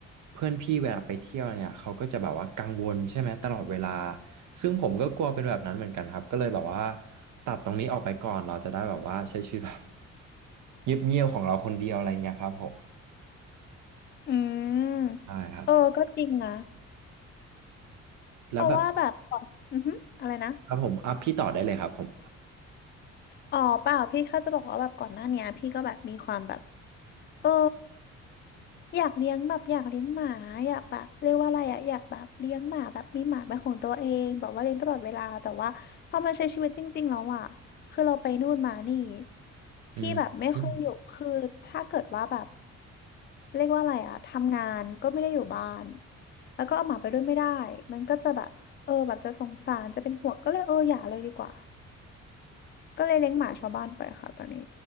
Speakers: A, on the right (about 75°); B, on the left (about 35°).
A: เพื่อนพี่เวลาไปเที่ยวอะไรเงี้ยเขาก็จะแบบว่ากังวลใช่ไหมตลอดเวลาซึ่งผมก็กลัวเป็นแบบนั้นเหมือนกันครับก็เลยแบบว่าตัดตรงนี้ออกไปก่อนเราจะได้แบบว่าใช้ชีวิตแบบเงียบๆของเราคนเดียวอะไรเงี้ยครับผม
B: อืม
A: ใช่ครับ
B: เออก็จริงนะเพราะว่าแบบก่อนอือฮึอะไรนะ
A: แล้วแบบครับผมอ่ะพี่ต่อได้เลยครับผม
B: อ๋อเปล่าพี่แค่จะบอกว่าแบบก่อนหน้าเนี้ยพี่ก็แบบมีความแบบ เอออยากเลี้ยงแบบอยากเลี้ยงหมาอยากแบบเรียกว่าอะไรอะอยากแบบเลี้ยงหมาแบบมีหมาเป็นของตัวเองแบบว่าเลี้ยงตลอดเวลาแต่ว่าพอมาใช้ชีวิตจริงๆแล้วอะคือเราไปนู่นมานี่
A: อืมอืม
B: พี่แบบไม่ค่อยอยู่คือถ้าเกิดว่าแบบเรียกว่าอะไรอะทำงานก็ไม่ได้อยู่บ้านแล้วก็เอาหมาไปด้วยไม่ได้มันก็จะแบบเออแบบจะสงสารจะเป็นห่วงก็เลยเอออย่าเลยดีกว่าก็เลยเลี้ยงหมาชาวบ้านไปค่ะตอนนี้